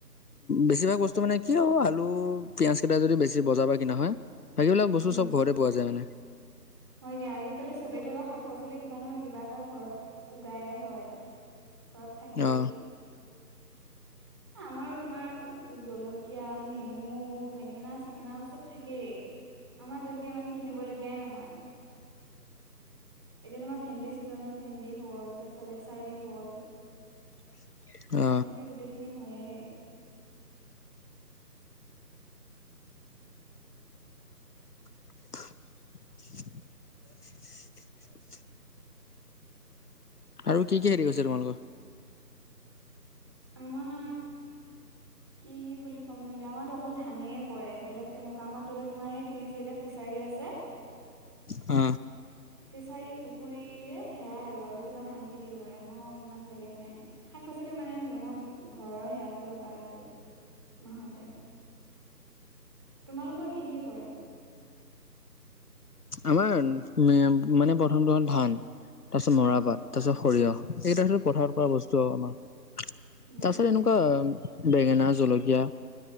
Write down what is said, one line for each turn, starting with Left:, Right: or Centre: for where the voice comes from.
Left: বেছিভাগ বস্তু মানে কি আৰু আলু, পিয়াজ, কেইটা যদি বেছি বজাৰ পৰা কিনা হয়। বাকীবিলাক বস্তু
Right: উম।
Left: চব ঘৰতে পোৱা যায় মানে
Right: হয় দিয়া আজিকালি চবেই তলৰ শাক পাচলি কিবা নহয় কিবা এটা ঘৰত উগায়ে হয় ঘৰত থাকেই।
Left: অ
Right: আমাৰো তোমাৰ জলকীয়া, নেমু, বেঙেনা-চেঙেনা চব থাকেই। আমাৰ তেনেকে ইমান কিনিবলগীয়াই নহয়। এতিয়া তোমাৰ ভেন্দি, ছিজনত ভেন্দি হ'ল তাৰপিছত লেচাৰী, হ'ল।
Left: <inaudible> অ
Right: এনেকে গোটেইখিনি হয়য়ে।
Left: <unintelligible> আৰু কি কি হেৰি কৰিছে তোমালোকৰ?
Right: আমাৰ কি কি বুলি কম ন এতিয়া আমাৰতো অকল ধানেই কৰে বেলেগকে নকৰে আমাৰ ধৰি ল তোমাৰ সেই তিনি চাৰিটা ফিচাৰী আছে।
Left: অ
Right: ফিচাৰী পুখুৰী এ সেয়াই আৰু আৰু তোমাৰ ধান খেতি কৰে আমাৰ আৰু ইমান বেলেগ নাই। শাক-পাচলি মানে ঘৰৰ সেয়াতে লগাই আৰু মাহঁতে তোমালোকৰ কি কি কৰে?
Left: আমাৰ উ মানে প্ৰথমটো হ'ল ধান তাৰপিছত
Right: উম
Left: মৰাপাট তাৰ পিছত সৰিয়হ এইকেইটা পথাৰত কৰা বস্তু আৰু আমাৰ তাৰ
Right: উম
Left: পিছত এনেকোৱা বেঙেনা, জলকীয়া,